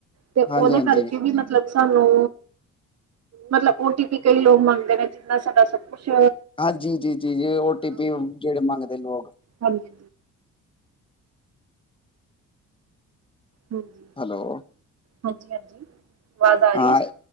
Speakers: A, on the right (about 55°); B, on the left (about 15°).
A: ਤੇ
B: ਹਾਂਜੀ,
A: ਉਹਦੇ
B: ਹਾਂਜੀ।
A: ਕਰਕੇ ਵੀ ਮਤਲਬ ਸਾਨੂੰ ਮਤਲਬ ਔ ਟੀ ਪੀ ਕਈ ਲੋਕ ਮੰਗਦੇ ਨੇ, ਜਿੰਨਾ ਸਾਡਾ ਸਭ ਕੁਛ
B: ਹਾਂਜੀ ਜੀ, ਜੀ-ਜੀ ਔ ਟੀ ਪੀ ਜਿਹੜੇ ਮੰਗਦੇ ਲੋਕ
A: ਹਾਜੀ-ਹਾਜ ਹਾਂਜੀ।
B: ਹੈਲੋ।
A: ਹਾਂਜੀ-ਹਾਂਜੀ। ਆਵਾਜ਼ ਆ ਰਹੀ
B: ਹਾਂ
A: ਹੈ ਜੀ?